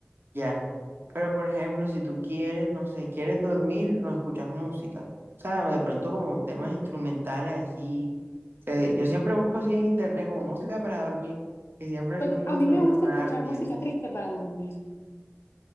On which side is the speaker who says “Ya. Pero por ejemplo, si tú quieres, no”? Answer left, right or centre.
Right